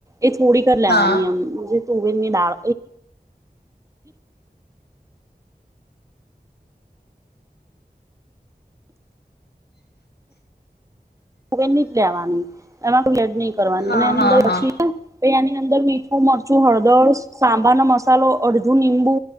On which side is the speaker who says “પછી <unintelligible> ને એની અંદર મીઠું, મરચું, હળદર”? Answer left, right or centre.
Right